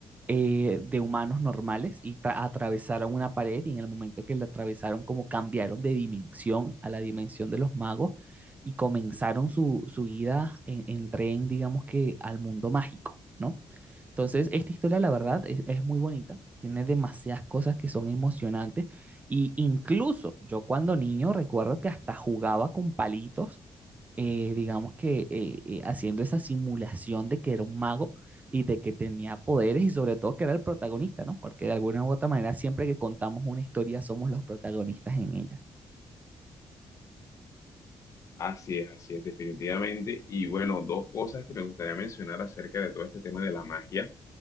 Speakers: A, on the right; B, on the left.
A: eh, de humanos normales y tra- atravesaron una pared y en el momento que la atravesaron como cambiaron de dimensión a la dimensión de los magos y comenzaron su, su ida en, en tren, digamos que al mundo mágico, ¿no? Entonces, esta historia, la verdad, es, es muy bonita, tiene demasiadas cosas que son emocionantes y incluso yo cuando niño recuerdo que hasta jugaba con palitos eh, digamos que eh, eh, haciendo esa simulación de que era un mago y de que tenía poderes y sobre todo que era el protagonista, ¿no? Porque de alguna u otra manera siempre que contamos una historia somos los protagonistas en ella.
B: Así es, así es, definitivamente. Y bueno, dos cosas que me gustaría mencionar acerca de todo este tema de la magia.